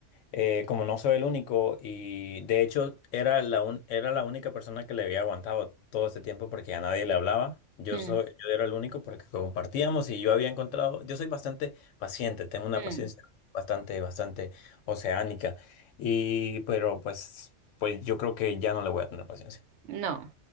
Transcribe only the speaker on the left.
eh, como no soy el único y de hecho era la, un- era la única persona que le había aguantado todo este tiempo porque a nadie le hablaba, yo,
soy, yo era el único porque compartíamos y yo había encontrado, yo soy bastante paciente, tengo una
paciencia bastante, bastante oceánica y, pero pues, pues yo creo que ya no le voy a tener paciencia.